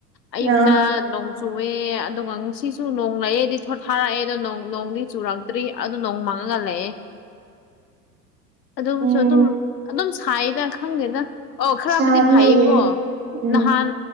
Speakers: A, on the left (about 80°); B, on the right (about 25°).
A: ꯑꯌꯛꯇ
B: ꯑ
A: ꯅꯣꯡ ꯆꯨꯑꯦ ꯑꯗꯨꯒ ꯉꯁꯤꯁꯨ ꯅꯣꯡ ꯂꯩꯑꯦꯗꯤ ꯁꯣꯠꯊꯥꯔꯛꯑꯦ ꯑꯗꯣ ꯅꯣꯡꯗꯤ ꯆꯨꯔꯦ ꯇꯔꯤ ꯑꯗꯨ ꯅꯣꯡ ꯃꯥꯡꯉꯒ ꯂꯩꯑꯦ ꯑꯗꯨꯕꯨꯁꯨ
B: ꯎꯝ
A: ꯑꯗꯨꯝ ꯑꯗꯨꯝ ꯁꯥꯏꯗ ꯈꯪꯗꯦꯗ ꯑꯧ ꯈꯔꯕꯨꯗꯤ
B: ꯁꯥꯅꯤꯌꯦ
A: ꯐꯩꯌꯦꯀꯣ
B: ꯎꯝ
A: ꯅꯍꯥꯟ